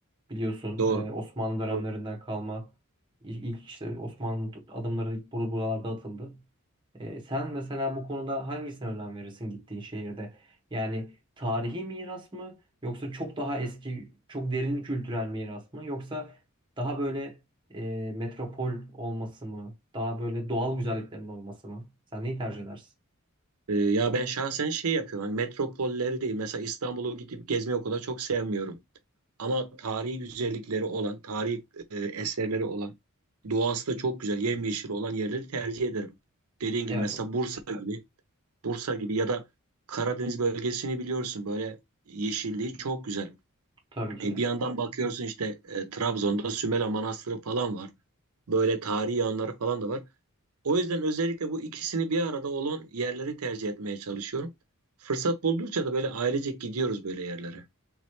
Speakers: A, on the right (about 20°); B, on the right (about 80°).
A: Biliyorsun
B: doğru.
A: e, Osmanlı dönemlerinden
B: Doğru.
A: kalma i- ilk işte Osmanlı adımları bur- buralarda atıldı. E, sen mesela bu konuda hangisine önem verirsin gittiğin şehirde? Yani tarihi miras mı yoksa çok daha eski, çok derin kültürel miras mı yoksa daha böyle e, metropol olması mı? Daha böyle doğal güzelliklerin olması mı? Sen neyi tercih edersin?
B: Ee, ya ben şahsen şey yapıyorum. Hani metropolleri değil. Mesela İstanbul'u gidip gezmeyi o kadar çok sevmiyorum. Ama tarihi güzellikleri olan, tarihi e, eserleri olan, doğası da çok güzel, yemyeşil olan yerleri tercih ederim. Dediğin
A: Evet,
B: gibi mesela
A: o-
B: Bursa gibi, Bursa gibi ya da Karadeniz bölgesini biliyorsun böyle yeşilliği çok güzel.
A: tabii ki
B: E,
A: de.
B: bir yandan bakıyorsun işte e, Trabzon'da Sümela Manastırı falan var. Böyle tarihi yanları falan da var. O yüzden özellikle bu ikisini bir arada olan yerleri tercih etmeye çalışıyorum. Fırsat buldukça da böyle ailecek gidiyoruz böyle yerlere.